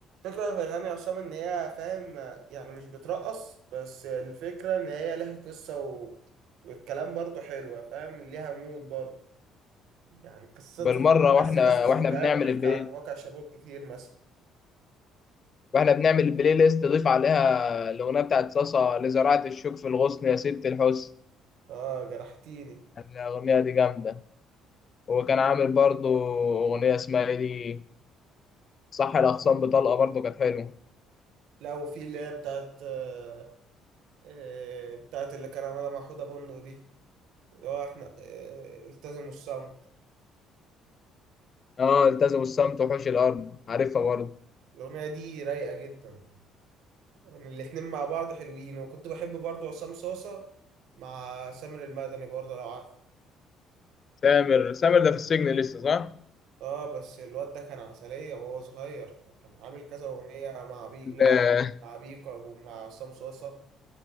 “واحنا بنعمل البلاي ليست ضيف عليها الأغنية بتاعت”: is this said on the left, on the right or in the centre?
Left